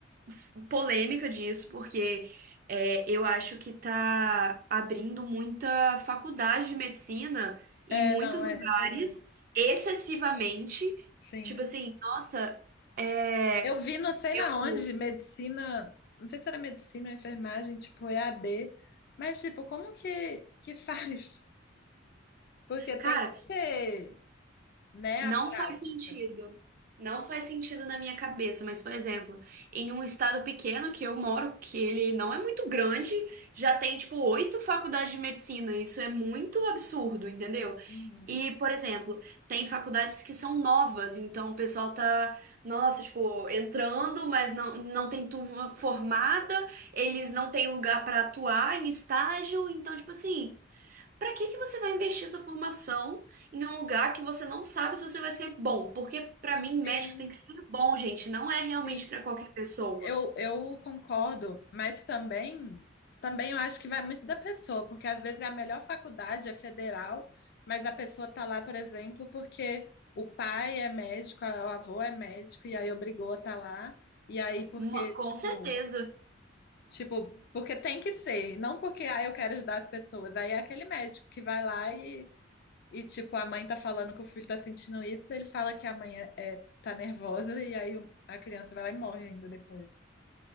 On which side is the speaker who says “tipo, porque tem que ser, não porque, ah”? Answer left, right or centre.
Left